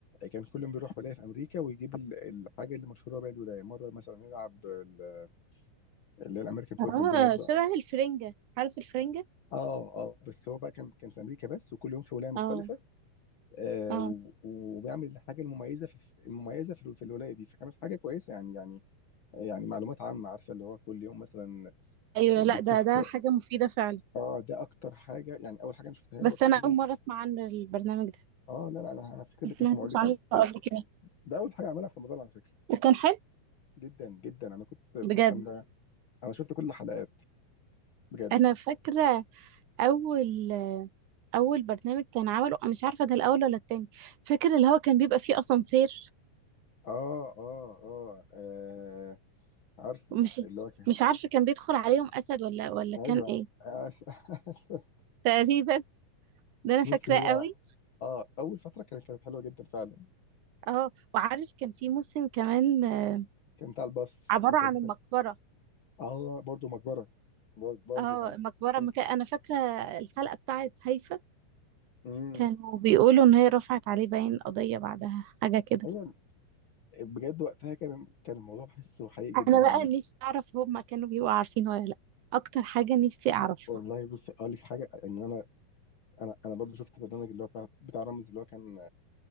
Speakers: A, on the left (about 60°); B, on the right (about 75°).
A: كان كل يوم بيروح ولايه في امريكا ويجيب ال- الحاجه اللي مشهوره بيها الولايه مره مثلا يلعب ال- اللي هي الامريكان فوتبول
B: اه
A: دي مره
B: شبه الفرنجة عارف الفرنجة
A: اه اه بس هو بقى كان كان في امريكا بس وكل يوم في ولايه مختلفه
B: اه
A: آه
B: اه
A: و- وبيعمل الحاجه المميزه في المميزه في ال- في الولايه دي فكانت حاجه كويسه يعني يعني يعني معلومات عامه عارفه اللي هو كل يوم مثلا
B: ايوه
A: بتشوف
B: لا ده ده حاجة مفيدة فعلا
A: اه ده اكتر حاجه يعني اول حاجه انا شفتها
B: بس
A: له اكتر
B: انا
A: حاجه
B: اول
A: انا
B: مرة اسمع عن البرنامج ده
A: اه لا لا انا انا هفتكر
B: ما
A: لك
B: سمعتش
A: اسمه واقول لك
B: عنه قبل
A: عليه
B: كده
A: ده اول حاجه عملها في رمضان على فكره
B: وكان حلو
A: جدا جدا انا كنت
B: بجد
A: انا انا شفت كل الحلقات بجد
B: انا فاكره اول اول برنامج كان عمله أنا مش عارفه ده الاول ولا التاني فاكر اللي هو كان بيبقى فيه اسانسير
A: اه اه اه, آه عارفه
B: مش
A: اللي هو كان
B: مش عارفه كان بيدخل عليهم اسد ولا ولا
A: ايوه
B: كان ايه
A: عارف- <laughs>
B: تقريبا ده انا فاكراه
A: بص هو
B: قوي
A: اه اول فتره كانت كانت حلوه جدا فعلا
B: اه وعارف كان في موسم كمان آه،
A: كان بتاع الباص
B: عباره
A: اللي كان
B: عن المقبره
A: اه برضه مقبره بر- برضه
B: اه
A: كان
B: المقبره
A: كان
B: مكان انا فاكره الحلقه بتاعت هيفا
A: امم
B: كانوا بيقولوا ان هي رفعت عليه باين قضيه بعدها حاجه كده
A: ايوه بجد وقتها كان كان الموضوع بحسه حقيقي جدا
B: انا
A: يعني
B: بقى نفسي اعرف هما كانوا بيبقوا عارفين ولا لا اكتر حاجه نفسي اعرفها
A: والله بص اقول لك حاجه ان انا انا انا برضو شفت برنامج اللي هو بتاع, بتاع رامز اللي هو كان